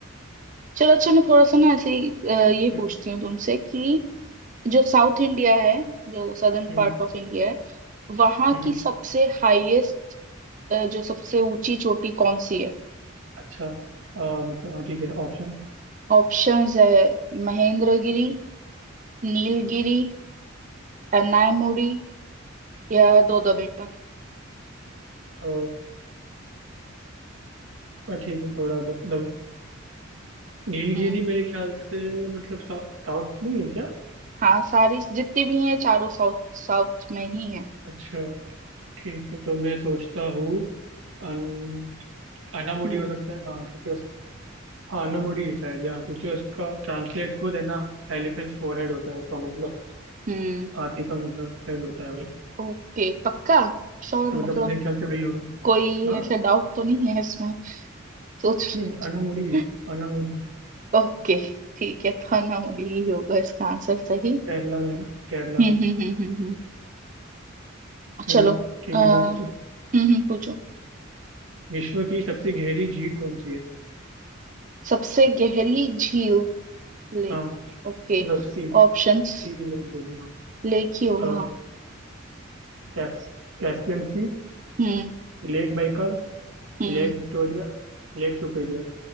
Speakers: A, on the right; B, on the right.
A: चलो अच्छा मैं थोड़ा सा ना ऐसे ही अ, ये
B: हम्म
A: पूछती हूँ तुमसे कि जो साउथ इंडिया है जो सदर्न
B: हम्म,
A: पार्ट ऑफ इंडिया है वहां
B: हम्म।
A: की सबसे हाईएस्ट जो सबसे ऊंची चोटी कौन सी है
B: अच्छा अ, मतलब हाँ ठीक है ऑप्शन
A: ऑप्शंस है महेंद्रगिरी नीलगिरी अन्नायमुड़ी या दोदबेटा
B: अ, ठीक है थोड़ा मतलब नीलगिरी
A: हम्म
B: मेरे ख्याल से मतलब सा, साउथ नहीं है क्या
A: हाँ सारी जितनी भी हैं चारों साउथ साउथ में ही है
B: अच्छा ठीक है तो मैं सोचता हूँ अन, अनामोड़ी
A: हम्म
B: हो सकता है हाँ क्योंकि उस हाँ अनामोड़ी है शायद यहाँ क्योंकि उसका ट्रांसलेट खुद है ना एलिफेंट फोरहेड होता है उसका मतलब
A: हम्म
B: हाथी का मतलब हेड होता है वो
A: ओके पक्का श्योर
B: तो
A: मतलब
B: मतलब मेरे ख्याल से वही होगा
A: कोई
B: हाँ
A: ऐसा डाउट तो नहीं है इसमें सोच
B: नहीं अनामोड़ी है
A: लो।
B: अनामोड़ी है
A: <laughs> ओके ठीक है तो अन्नामुड़ी ही होगा इसका आंसर सही
B: केरला में है ना केरला
A: हम्म
B: में
A: हम्म हम्म हम्म हम्म चलो
B: है ना ठीक
A: आ, हम्म,
B: है मैं पूछो
A: हम्म। पूछो
B: विश्व की सबसे गहरी झील कौन सी है
A: सबसे गहरी झील लेक
B: हाँ
A: ओके
B: मतलब सी
A: ऑप्शंस
B: सी लेक जो भी हो
A: लेक ही होगा
B: अ,
A: हाँ
B: कैस, Caspian sea
A: हम्म
B: lake Baikal
A: हम्म
B: lake Victoria lake Superior